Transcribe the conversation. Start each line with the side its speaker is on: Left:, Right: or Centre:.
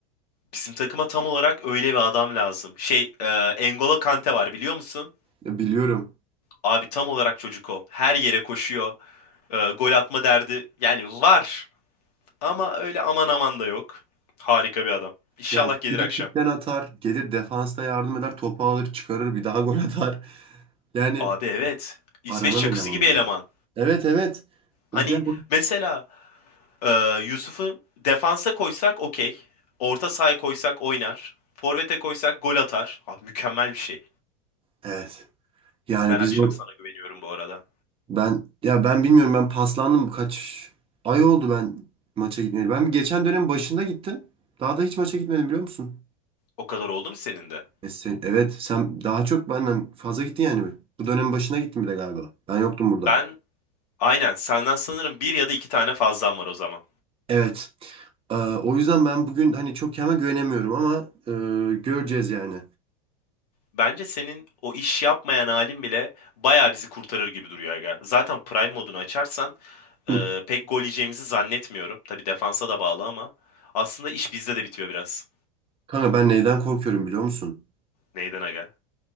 Left: bizim takıma tam olarak öyle bir adam lazım. Şey e, N'Golo Kante var biliyor musun?
Right: Ya biliyorum.
Left: Abi tam olarak çocuk o. Her yere koşuyor. E, gol atma derdi. Yani var. Ama öyle aman aman da yok. Harika bir adam. İnşallah
Right: Ya
Left: gelir
Right: free
Left: akşam.
Right: kickten atar, gelir defansta yardım eder, topu alır, çıkarır, bir daha <laughs> gol atar. Yani
Left: Abi evet. İsveç
Right: aranan
Left: çakısı
Right: eleman
Left: gibi
Right: o
Left: eleman.
Right: da. Evet evet.
Left: Hani
Right: O bir-
Left: mesela e, Yusuf'u defansa koysak okey. Orta sahaya koysak oynar. Forvete koysak gol atar. Abi mükemmel bir şey.
Right: Evet. Yani
Left: Ben akşam
Right: biz o
Left: sana güveniyorum bu arada.
Right: ben ya ben bilmiyorum ben paslandım kaç ay oldu ben maça gitmeyeli. Ben bir geçen dönem başında gittim. Daha da hiç maça gitmedim biliyor musun?
Left: O kadar oldu mu senin de?
Right: E sen- evet sen daha çok benden fazla gittin yani. Bu dönemin başına gittin bile galiba. Ben yoktum burada.
Left: Ben aynen senden sanırım bir ya da iki tane fazlan var o zaman.
Right: Evet. Ee, o yüzden ben bugün hani çok kendime güvenemiyorum ama e, göreceğiz yani.
Left: Bence senin o iş yapmayan halin bile bayağı bizi kurtarır gibi duruyor aga. Zaten Prime modunu açarsan
Right: Hı.
Left: Ee, pek gol yiyeceğimizi zannetmiyorum. Tabii defansa da bağlı ama aslında iş bizde de bitiyor biraz.
Right: Kanka ben neyden korkuyorum biliyor musun?
Left: Neyden aga?